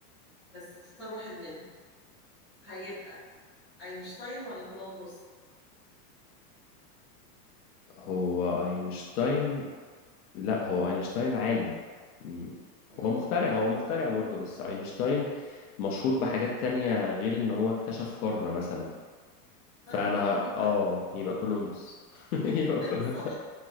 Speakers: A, in the centre; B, on the left (about 70°).
A: بس اختار واحد منهم هيبقى اينشتاين ولا كولومبوس
B: هو اينشتاين لا هو اينشتاين عالم مم.
A: امم
B: هو مخترع هو مخترع برضو بس اينشتاين مشهور بحاجات تانية غير ان هو اكتشف قارة مثلا
A: طيب
B: فانا
A: يبقى
B: ه...
A: مين
B: اه
A: بقى
B: يبقى كولومبوس <laughs> يبقى
A: <laughs>
B: كول
A: صح